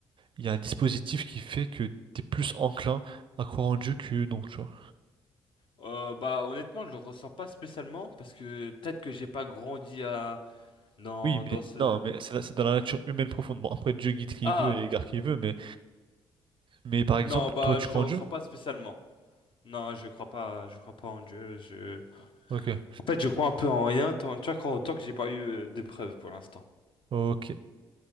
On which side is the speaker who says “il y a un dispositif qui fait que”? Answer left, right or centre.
Right